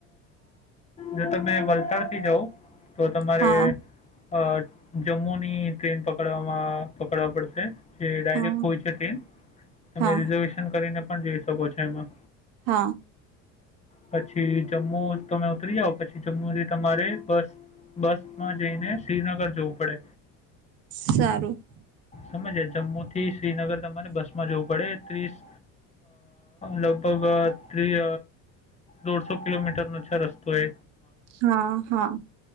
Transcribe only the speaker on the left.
જો તમે વલસાડ થી જઓ તો તમારે
અ જમ્મુ ની ટ્રેન પકડવામાં પકડવા પડશે જે ડાયરેક્ટ
હોય છે ટ્રેન તમે
રિઝર્વેશન કરીને પણ જઈ શકો છો એમાં
પછી જમ્મુ તમે ઉતરી જાઓ પછી જમ્મુથી તમારે બસ બસમાં જઈને શ્રીનગર જવું પડે
સમજ જમ્મુ થી શ્રીનગર તમારેને બસ માં જોવું પડે ત્રીસ લગભગ ત્રી દોઢસો કિલોમીટરનો છે રસ્તો એ